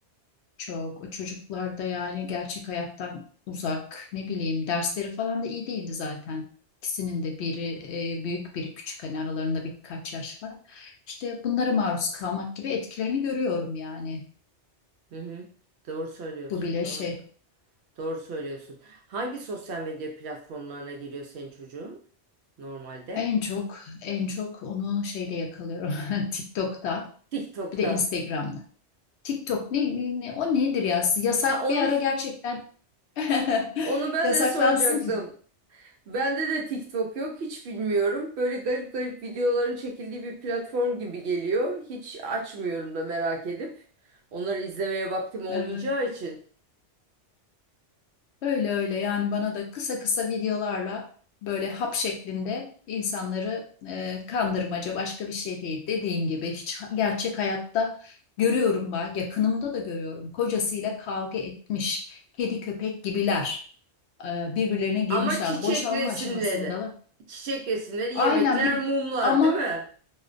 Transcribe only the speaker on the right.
Hı hı. Doğru söylüyorsun.
Doğru.
Doğru söylüyorsun. Hangi sosyal medya platformlarına giriyor senin çocuğun normalde?
TikTok'ta.
Ha, onu
onu ben
de soracaktım. Bende de TikTok yok, hiç bilmiyorum. Böyle garip garip videoların çekildiği bir platform gibi geliyor. Hiç açmıyorum da merak edip. Onları izlemeye vaktim olmayacağı
için.
Ama çiçek
resimleri.
Çiçek resimleri, yemekler,
mumlar,
değil mi?